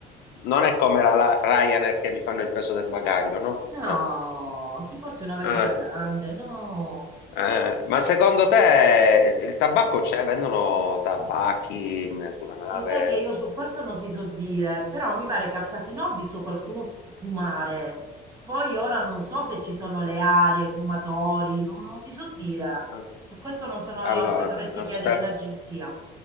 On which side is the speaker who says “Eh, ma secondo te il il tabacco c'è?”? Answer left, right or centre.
Left